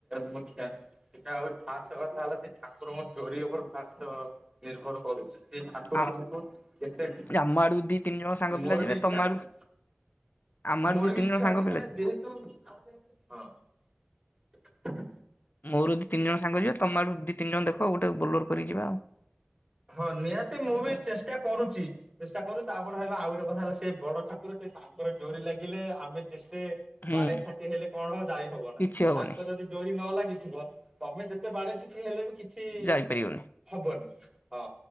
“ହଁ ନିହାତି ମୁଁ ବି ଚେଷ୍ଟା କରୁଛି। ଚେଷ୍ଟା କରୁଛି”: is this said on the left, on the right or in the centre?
Right